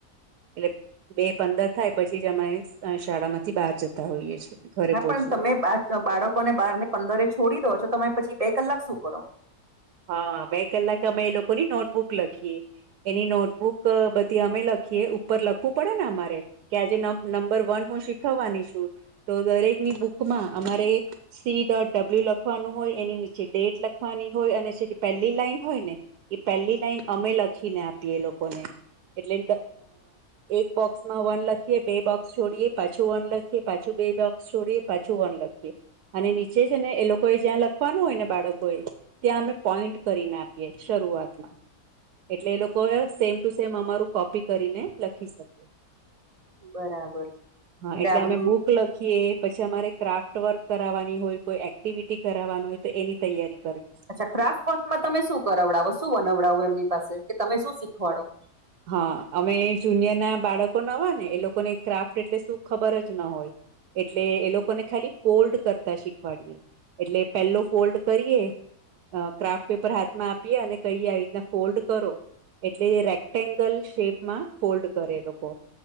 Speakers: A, on the right (about 85°); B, on the right (about 35°).
A: એટલે બે પંદર થાય પછી જ અમે શાળા માંથી બહાર જતા હોઈએ છીએ ઘરે
B: હા
A: પહોંચીએ
B: પણ તમે બાળકોને બારને પંદરે છોડી દો છો તમે પછી બે કલાક શું કરો
A: હા બે કલાકે અમે એ લોકોની નોટબુક લખીએ એની નોટબુક બધી અમે લખીએ ઉપર લખવું પડે ને અમાર. કે આજે નંબર વન હું શીખવવાની છું તો દરેકની બુકમાં અમારે. સી ડોટ ડબલ્યુ લખવાનું હોય એની નીચે ડેટ લખવાની. હોય અને જે પહેલી લાઈન હોય ને એ પહેલી લાઈન અમે લખીને આપીએ લોકોને. એટલે. એક બોક્સ માં વન લખીએ બે બોક્સ છોડીએ પાછું વન લખીએ પાછું બે બોક્સ. છોડીએ પાછું વન લખીએ અને નીચે છે ને એ લોકોએ જ્યાં લખવાનું હોય ને બાળકો એ. ત્યાં અમે પોઈન્ટ કરીને આપીએ શરૂઆતમાં. એટલે એ લોકો સેમ ટુ સેમ અમારું કોપી કરીને લખી શકે.
B: બરાબર
A: હા એટલે
B: આ બધું
A: અમે બુક લખીએ પછી અમારે. ક્રાફ્ટ વર્ક કરાવવાની હોય કોઈ એક્ટિવિટી કરાવવાની હોય તો એની તૈયારી કરવી.
B: અચ્છા ક્રાફ્ટર્ટમાં તમે શું કરાવડાવો શું વનાવડાવો એમની પાસે કે તમે શું શીખવાડો.
A: હા અમે જુનિયર ના બાળકો નવા ને એ લોકોને ક્રાફ્ટ એટલે શું ખબર જ ના હોય. એટલે એ લોકોને ખાલી ફોલ્ડ કરતા શીખવાડએ. એટલે પેલો ફોલ્ડ કરીએ. ક્રાફ્ટ પેપર હાથમાં આપીએ અને કહીએ આવી રીતના ફોલ્ડ કરો એટલે. કેંગલ શેપમાં ફોલ્ડ કરે લોકો.